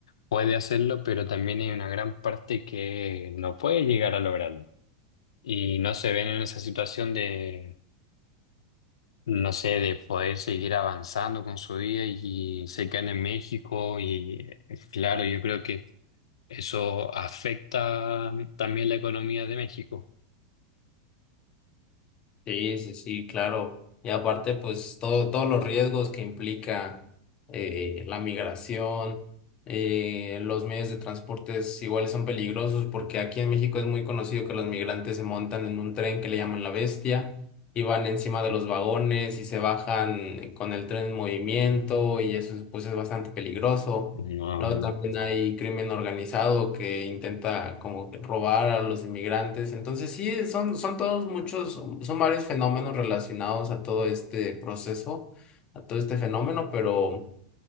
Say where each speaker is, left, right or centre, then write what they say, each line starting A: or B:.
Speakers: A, on the left; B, on the left.
A: puede hacerlo, pero también hay una gran parte que no puede llegar a lograrlo. Y no se ven en esa situación de, no sé, de poder seguir avanzando con su vida y se quedan en México y eh, claro, yo creo que eso afecta también la economía de México.
B: Sí, sí, sí, claro. Y aparte, pues todo, todos los riesgos que implica eh, la migración, eh, los medios de transporte iguales son peligrosos porque aquí en México es muy conocido que los migrantes se montan en un tren que le llaman la bestia y van encima de los vagones y se bajan con el tren en movimiento y eso es, pues es bastante peligroso.
A: No,
B: Luego también hay crimen organizado que intenta como que robar a los inmigrantes. Entonces sí, eh, son, son todos muchos, son varios fenómenos relacionados a todo este proceso, a todo este fenómeno, pero...